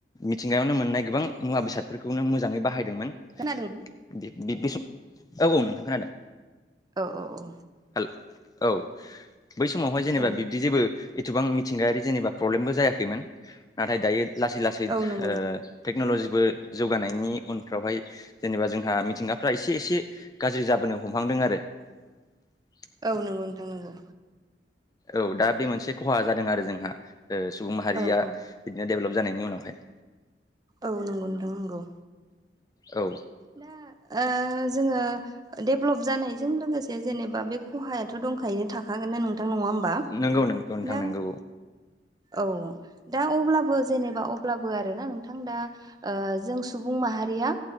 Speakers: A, on the left (about 20°); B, on the right (about 20°).
A: मिथिंगायावनो मोननाय गोबां मुवा बेसादफोरखौनो मोजाङै बाहायदोंमोन
B: खोनादों
A: <unintelligible> औ औ नोंथां खोनादों
B: औ औ औ
A: <unintelligible> औ बै समावहाय जेनेबा
B: औ
A: बिब्दि जेबो एथबां मिथिंगायारि जेनेबा प्रब्लेमबो जायाखैमोन नाथाय दायो लासै लासै
B: औ नंगौ नोंथां
A: टेक्न'ल'जिबो जौगानायनि उनफ्रावहाय जेनेबा जोंहा मिथिंगाफ्रा एसे एसे गाज्रि जाबोनो हमहांदों आरो <inaudible>
B: औ नंगौ नोंथां नोंगौ
A: औ दा बे मोनसे खहा जादों आरो जोंहा ओ सुबुं माहारिया
B: औ औ
A: बिदिनो डेभेलप जानायनि उनावहाय
B: औ नंगौ नोंथां नंगौ
A: औ
B: दा ओ जोङो डेभलप जानायजों लोगोसे जेनेबा बे खहायाथ' दंखायनो थाखागोन ना नों थां नङा होमबा
A: नंगौ नंगौ नोंथां
B: ना
A: नंगौ
B: औ दा अब्लाबो जेनेबा अब्लाबो आरोना नोंथां दा ओ जों सुबुं माहारिया